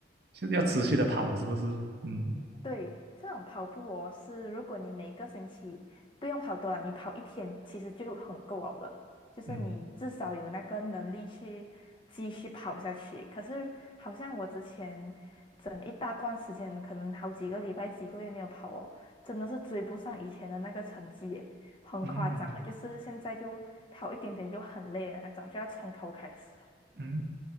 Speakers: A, on the right; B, on the left.
A: 就是要持续的跑了，是不是？嗯
B: 对，这种跑步哦，是如果你每一个星期不用跑多了，你跑一天其实就很够了的，就是你至少有那个能力去继续跑下去。
A: 嗯
B: 可是好像我之前整一大段时间，可能好几个礼拜、几个月没有跑哦，真的是追不上以前的那个成绩耶，很夸张了就是现在就跑一点点就很累的那种，
A: 嗯
B: 就要从头开始。
A: 嗯，